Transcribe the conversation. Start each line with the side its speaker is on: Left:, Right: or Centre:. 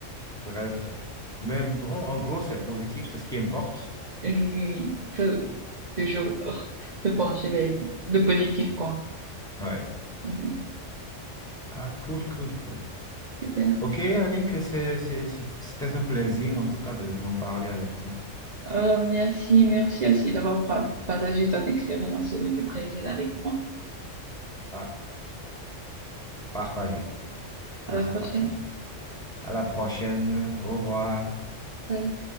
Centre: Bref. euh, Mais bon, en gros, c'est positif, c'est ce qui importe.
Right: Oui, oui, oui. Faut toujours oh, se pencher vers le positif, quoi.
Centre: Ouais.
Right: Mhm.
Centre: Ah, cool, cool, cool.
Right: Super.
Centre: Ok, Annick, c'est- c'est- c'est- c'était un plaisir en tout cas de, d'en parler avec toi.
Right: Euh, merci, merci aussi d'avoir pra- partagé ton expérience du Brésil avec moi.
Centre: Ah, partagé. Plaisir
Right: À la prochaine.
Centre: partagé. À la prochaine. Au revoir.
Right: Bye.